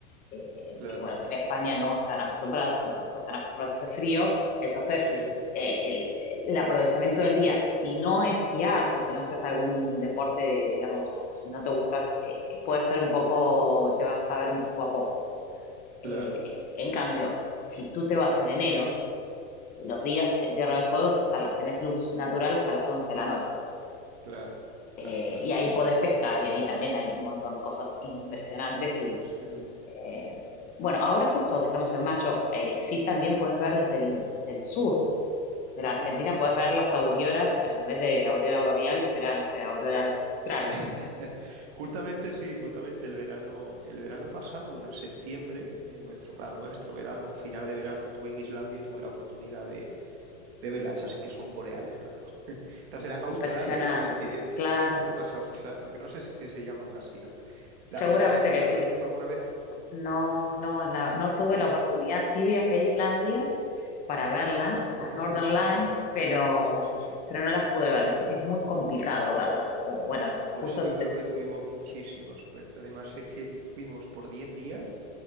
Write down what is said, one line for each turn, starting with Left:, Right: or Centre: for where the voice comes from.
Left: eh,
Right: claro,
Left: que bueno, que en España no están acostumbrados, tampoco están acostumbrados a ese frío, entonces
Right: sí,
Left: eh, el, el aprovechamiento del día, si no esquías o si no haces algún deporte, digamos, o si no te gustas, eh, puede ser un poco, te vas a ver un poco a poco. Eh,
Right: claro,
Left: en, en cambio, si tú te vas en enero, los días en Tierra del Fuego es hasta la, tenés luz natural hasta las 11 de la noche.
Right: claro,
Left: Eh,
Right: claro, claro,
Left: y ahí podés pescar y ahí también hay un montón de cosas impresionantes y,
Right: sí.
Left: eh, bueno, ahora justo que estamos en mayo, eh, sí también podés ver desde el del sur de la Argentina,
Right: ujú.
Left: podés ver las auroras, pero en vez de aurora boreal será, no sé, aurora austral.
Right: <laughs> Justamente, sí, justamente el verano, el verano pasado, bueno, en septiembre, en nuestro, claro, nuestro verano, final de verano, estuve en Islandia y tuve la oportunidad de, de verlas, esas sí que son boreales, claro. Estas serán australes,
Left: Impresionante,
Right: ¿no? Entiendo.
Left: claro,
Right: Auroras australes, aunque no sé si se llaman así, ¿no? ¿La-
Left: seguramente
Right: ¿Las conoces?
Left: que
Right: ¿Las
Left: sí.
Right: has visto alguna vez?
Left: No, no, la- no tuve la oportunidad, sí viajé a Islandia
Right: Mm.
Left: para verlas,
Right: Ah,
Left: las
Right: conoces,
Left: Northern
Right: qué
Left: Lines,
Right: bueno.
Left: pero,
Right: Sí, sí, sí.
Left: pero no las pude ver, viste que es muy complicado verlas. O bueno,
Right: Pues
Left: justo
Right: yo
Left: se...
Right: creo que tuvimos muchísima suerte. Además, es que fuimos por 10 días